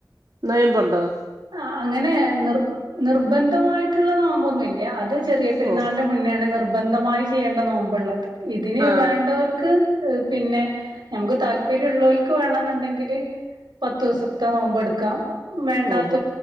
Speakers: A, on the right (about 50°); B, on the right (about 70°).
A: നൊയമ്പുണ്ടോ.
B: ആ.. അങ്ങനെ നിർ, നിർബന്ധമായിട്ടുള്ള നോമ്പൊന്നുമില്ല. അത് ചെറിയ പെരുന്നാളിന്
A: ഓ
B: മുന്നാണ് നിർബന്ധമായി ചെയ്യേണ്ട നോമ്പുള്ളത്. ഇതിന്
A: ആ
B: വേണ്ടവർക്ക് പിന്നെ നമുക്ക് താല്പര്യം താല്പര്യം ഉള്ളവർക്ക് വേണെന്നുണ്ടെങ്കില് പത്ത് ദിവസത്തെ നോമ്പ് എടുക്കാം. വേണ്ടാ
A: ഓഹോ